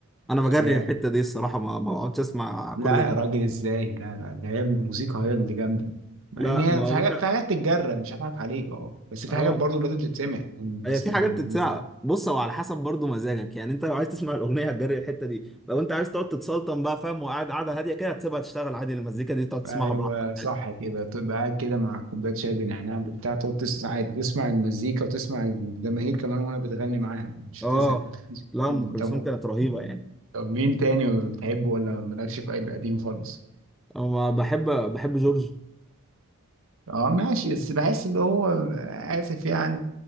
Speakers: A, in the centre; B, on the right.
A: انا بجري
B: آه،
A: الحته دي الصراحه ما ما بقعدش اسمع كل
B: لا يا
A: ده
B: راجل ازاي لا لا ده هي الموسيقى هي اللي جامدة مع
A: لا
B: ان هي
A: ما
B: في
A: هو
B: حاجات
A: انت
B: في حاجات تتجرب مش هضحك عليك اه بس في
A: اه
B: حاجات برضه لازم تتسمع المس-
A: هي في
B: المس-
A: حاجات تتسمع بص هو على حسب برضو مزاجك يعني انت لو عايز تسمع الاغنيه هتجري الحته دي لو انت عايز تقعد تتسلطن بقى فاهم وقاعد قاعده هاديه كده هتسيبها تشتغل عادي المزيكا دي تقعد تسمعها
B: ايوه
A: براحتك
B: صح
A: عادي
B: كده تبقى قاعد كده مع كوباية شاي بنعناع بتاع تقعد تسمع عادي تسمع المزيكا وتسمع الجماهير كمان وهي بتغني معاها مش
A: اه
B: هتزهق
A: لا ام كلثوم
B: طب
A: كانت رهيبه يعني
B: طب مين تاني بتحبه ولا مالكش في أي قديم خالص
A: انا بحب بحب جورج
B: اه ماشي بس بحس ان هو اسف يعني